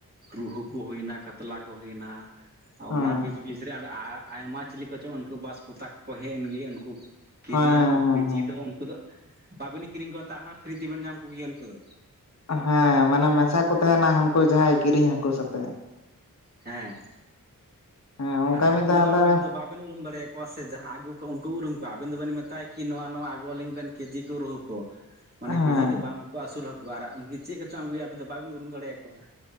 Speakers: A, on the right; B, on the left.
A: ᱨᱩᱦᱩ ᱠᱩ ᱦᱩᱭᱱᱟ ᱠᱟᱛᱞᱟ ᱠᱚ ᱦᱩᱭᱱᱟ
B: ᱦᱮᱸ
A: ᱚᱱᱟ ᱵᱤᱪ ᱵᱤᱪ ᱜᱤᱫ ᱟᱨ ᱟᱭᱢᱟ ᱪᱤᱞᱤ ᱠᱚᱪᱚᱝ ᱩᱱᱠᱩ ᱵᱟᱥ ᱯᱚᱛᱟᱠᱟ ᱠᱚᱠᱚ ᱦᱮᱡ ᱮᱱ ᱜᱮ ᱩᱱᱠᱩ ᱠᱮᱡᱤ
B: ᱦᱮᱸ
A: ᱦᱟᱹᱠᱩ
B: ᱦᱮᱸ
A: ᱠᱮᱡᱤ
B: ᱦᱮᱸ
A: ᱫᱚ ᱩᱱᱠᱩ ᱫᱚ ᱵᱟᱵᱮᱱ ᱠᱤᱨᱤᱧ ᱠᱚᱣᱟ, ᱛᱟᱣ ᱯᱷᱤᱨᱤ ᱛᱮᱵᱮᱱ ᱧᱟᱢ ᱠᱚᱜᱮᱭᱟ ᱩᱱᱠᱩ ᱫᱚ᱾
B: ᱦᱮᱸ ᱢᱟᱱᱮ ᱢᱮᱥᱟ ᱠᱚ ᱛᱟᱦᱮᱸᱱᱟ ᱦᱟᱹᱱᱠᱩ ᱡᱟᱦᱟᱸᱭ ᱠᱤᱨᱤᱧ ᱦᱟᱹᱠᱩ ᱥᱟᱛᱮᱜ᱾
A: ᱦᱮᱸᱻ
B: ᱦᱮᱸ ᱚᱱᱠᱟ
A: ᱟᱨ ᱦᱟᱹᱠᱳ
B: ᱢᱤᱫ ᱫᱷᱟᱣ
A: ᱫᱚ
B: ᱟᱞᱮ
A: ᱟᱵᱮᱱ ᱫᱚ ᱵᱟ ᱵᱮᱱ ᱩᱨᱩᱢ ᱫᱟᱲᱮᱭᱟ ᱠᱚᱣᱟ ᱥᱮ ᱡᱟᱦᱟᱸ ᱟᱹᱜᱩ ᱠᱚ ᱩᱨᱩᱢ ᱠᱚᱣᱟ ᱟᱵᱮᱱ ᱫᱚᱵᱮᱱ ᱢᱮᱛᱟᱭᱟ ᱠᱤ ᱱᱚᱣᱟ ᱱᱚᱣᱟ ᱟᱹᱜᱩ ᱟᱹᱞᱤᱧ ᱵᱮᱱ ᱠᱮᱡᱤ ᱠᱚ ᱨᱩᱦ ᱠᱚ ᱢᱟᱱᱮ
B: ᱦᱮᱸ
A: ᱠᱮᱡᱤ ᱫᱚ ᱵᱟᱝ ᱩᱱᱠᱩ ᱟᱹᱥᱩᱞ ᱦᱟᱹᱠᱩ᱾ ᱟᱨᱟᱜ ᱩᱱᱠᱤ ᱪᱮᱫ ᱠᱚᱪᱚᱝ ᱟᱹᱜᱩᱭᱟ ᱟᱵᱤᱱ ᱫᱚ ᱵᱟᱵᱮᱱ ᱩᱨᱩᱢ ᱫᱟᱲᱮᱭᱟᱠᱚᱣᱟ᱾